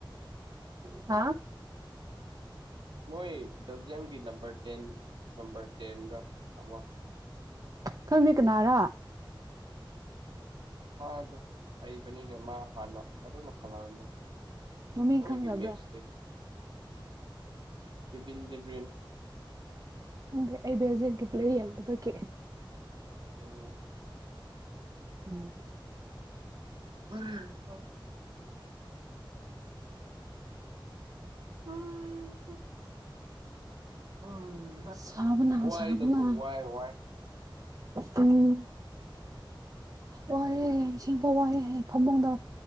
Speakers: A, on the right; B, on the right.
A: <unintelligible>
B: ꯃꯣꯏ ꯕꯦꯜꯖꯤꯌꯝꯒꯤ ꯅꯝꯕꯔ ꯇꯦꯟ ꯅꯝꯕꯔ ꯇꯦꯟꯔ ꯑꯃ
A: ꯈꯪꯗꯦ ꯀꯅꯥꯔꯥ
B: ꯃꯥꯗꯣ ꯍꯩꯕꯅꯤꯅꯦ ꯃꯥ ꯍꯥꯟꯅ ꯑꯗꯨꯅ ꯁꯥꯟꯅꯔꯝꯕꯅꯤ
A: ꯃꯃꯤꯡ
B: ꯃꯣꯏꯒꯤ
A: ꯈꯪꯗꯕ꯭ꯔꯥ
B: ꯃꯦꯆ ꯀꯕꯤꯟ ꯗꯦꯕꯟ
A: ꯗꯦ ꯑꯩ ꯕꯦꯜ ꯖꯦ ꯕꯦꯇ꯭ꯔꯤ ꯌꯥꯎꯗꯕꯒꯤ
B: ꯑꯣ
A: ꯎꯝ
B: ꯑ ꯍ <unintelligible> ꯎꯝ ꯎꯝ
A: ꯁꯥꯕꯅ
B: ꯋꯥꯏꯗꯀꯣ
A: ꯁꯥꯕꯅ
B: ꯋꯥꯏ ꯋꯥꯏ
A: ꯎꯝ ꯋꯥꯏꯌꯦ ꯑꯁꯤꯡꯕꯥ ꯋꯥꯏꯑꯦ ꯍꯥꯏ ꯐꯃꯨꯡꯗ